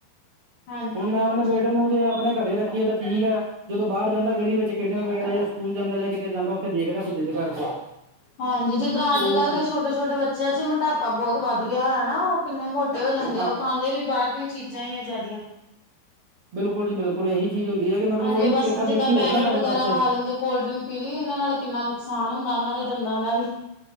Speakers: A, on the left (about 50°); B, on the right (about 50°).
A: ਹਾਂਜੀ
B: ਹੁਣ
A: ਬਿਲਕੁਲ
B: ਮੈਂ ਆਪਣੇ ਬੇਟੇ
A: ਜੀ।
B: ਨੂੰ ਜੇ ਆਪਣੇ ਘਰੇ ਰੱਖੀਏ ਤਾਂ ਠੀਕ ਐ ਜਦੋਂ ਬਾਹਰ ਜਾਂਦਾ ਗਲੀ ਵਿੱਚ ਖੇਡਣ ਵਗੈਰਾ ਜਾ ਸਕੂਲ ਜਾਂਦਾ ਜਾ ਕਿਤੇ ਜਾਂਦਾ ਉੱਥੇ ਦੇਖਦਾ ਫੇਰ ਜਿੱਦ ਕਰਦਾ।
A: ਹਾਂਜੀ ਜਿੱਦਾ ਅੱਜ
B: ਉਹ
A: ਕੱਲ ਦੇ ਛੋਟੇ-ਛੋਟੇ ਬ ਚਿਆਂ ਚ ਜੀ ਮੋਟਾਪਾ ਬਹੁਤ ਵੱਧ ਗਿਆ ਹੋ ਨਾ ਉਹ ਕਿੰਨੇ ਮੋਟੇ ਹੋ ਜਾਂਦੇ
B: ਹਾਂ
A: ਉਹ ਖਾਂਦੇ ਵੀ ਬਾਹਰ ਦੀਆ ਚੀਜ਼ਾ ਹੀ ਆ ਜਾਦੀਆ।
B: ਬਿਲਕੁਲ ਜੀ ਬਿਲਕੁਲ, ਇਹੀ ਚੀਜ਼ ਹੁੰਦੀ ਆ ਕਿ ਮਤਲਬ
A: ਹਾਂਜੀ
B: ਉਹੀ
A: ਬਸ
B: ਦੇਖਾ
A: ਜਿੱਦਾਂ
B: ਦੇਖੀ ਹੋ
A: ਪੈਕਟ
B: ਗਏ ਨਾ ਸਾਰੇ
A: ਵਗੈਰਾ
B: ਪਾਸੇ।
A: ਖਾ ਲੈਂਦੇ ਕੋਲਡ ਡਰਿੰਕ ਪੀ ਲਈ ਇਹਨਾਂ ਨਾਲ ਕਿੰਨਾ ਨੁਕਸਾਨ ਹੁੰਦਾ ਉਹਨਾਂ ਦੇ ਦੰਦਾਂ ਦਾ ਵੀ